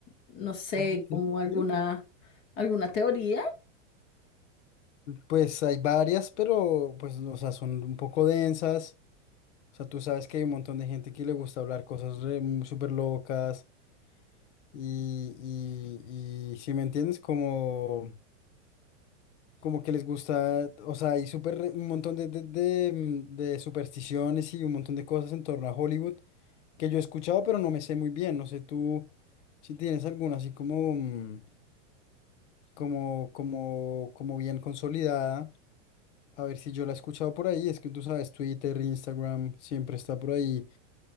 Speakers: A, on the left; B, on the left.
A: no sé,
B: <laughs>
A: como alguna, alguna teoría.
B: pues hay varias, pero pues, o sea, son un poco densas. O sea, tú sabes que hay un montón de gente que le gusta hablar cosas re- súper locas. Y, y, y si me entiendes, como, como que les gusta, o sea, hay súper re- un montón de, de, de, mm, de supersticiones y un montón de cosas en torno a Hollywood que yo he escuchado, pero no me sé muy bien. No sé tú si tienes alguna así como, mm, como, como, como bien consolidada. A ver si yo la he escuchado por ahí. Es que tú sabes, Twitter, Instagram, siempre está por ahí,